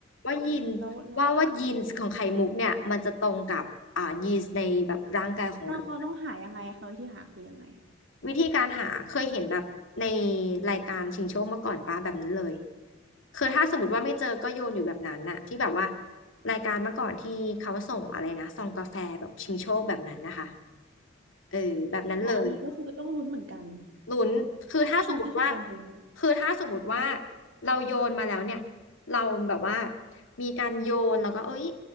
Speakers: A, on the left; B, on the right.
A: ว่ายีน
B: แล้วแล้วหายังไงอะ
A: ว่าว่ายีนของไข่มุกเนี่ยมันจะตรงกับอ่ายีนในแบบร่างกายของเรา
B: เราเขาต้องหายังไงอะเขาวิธีหาคือยังไงอะ
A: วิธีการหาเคยเห็นแบบในรายการชิงโชคมาก่อนป้าแบบนั้นเลยคือถ้าสมมติว่าไม่เจอก็โยนอยู่แบบนั้นน่ะที่แบบว่ารายการเมื่อก่อนที่เขาส่งอะไรนะซองกาแฟแบบชิงโชคแบบนั้นนะคะเออแบบนั้นเลย
B: อ๋ออันนี้ก็คือก็ต้องลุ้นเหมือนกัน
A: ลุ้นคือถ้าสมมติว่า
B: ก็คือชีวิตก็คือการลุ้น
A: คือถ้าสมมติว่าเราโยนมาแล้วเนี่ยเราแบบว่ามีการโยนแล้วก็เอ้ย